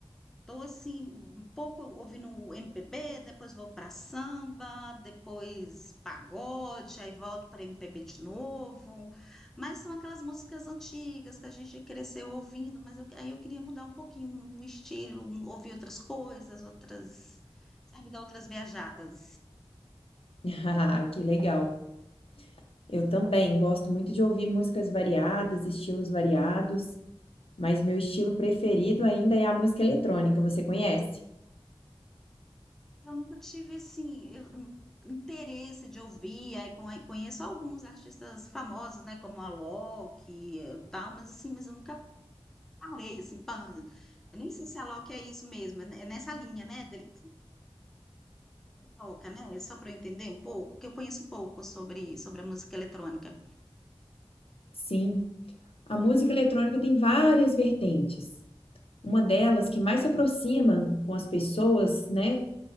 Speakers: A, in the centre; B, on the left.
A: Tô assim, um um pouco ouvindo um MPB, depois vou pra samba, depois pagode, aí volto pra MPB de novo. Mas são aquelas músicas antigas que a gente cresceu ouvindo, mas eu, aí eu queria mudar um pouquinho um um estilo, um- ouvir outras coisas, outras, sabe, dar outras viajadas.
B: <laughs> Ah, que legal. Eu também gosto muito de ouvir músicas variadas, estilos variados, mas meu estilo preferido ainda é a música eletrônica, você conhece?
A: Eu nunca tive assim, eu- um interesse de ouvir, aí con- conheço alguns artistas famosos, né, como a Alok e tal, mas assim, mas eu nunca Falei assim, panda. Eu nem sei se a Loki é isso mesmo, é é nessa linha, né? de- Toca, né? Só para eu entender um pouco, porque eu conheço pouco sobre, sobre a música eletrônica.
B: Sim, a música eletrônica tem várias vertentes. Uma delas que mais se aproxima com as pessoas, né?